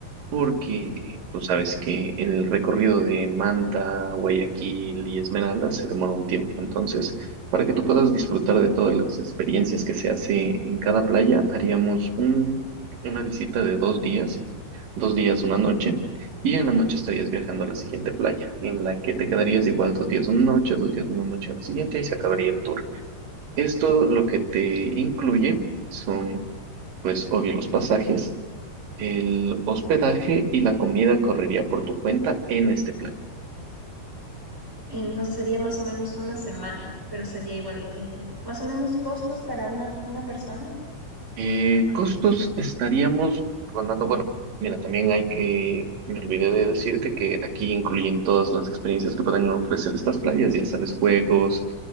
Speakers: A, on the right; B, in the centre.
A: porque eh, tú sabes que el recorrido de Manta, Guayaquil y Esmeralda se demora un tiempo. Entonces, para que tú puedas disfrutar de todas las experiencias que se hace en cada playa, haríamos un- una visita de dos días, dos días, una noche, y en la noche estarías viajando a la siguiente playa, en la que te quedarías igual dos días, una noche, dos días, una noche en la siguiente y se acabaría el tour. Esto lo que te incluye son, pues, obvio, los pasajes el hospedaje y la comida correría por tu cuenta en este plan.
B: Entonces sería más o menos una semana, pero sería igual, eh, más o menos costos para una, una persona,
A: Eh, costos estaríamos rondando, bueno, mira, también hay que, me olvidé de decirte que aquí incluyen todas las experiencias que pueden ofrecer estas playas, ya sabes, juegos,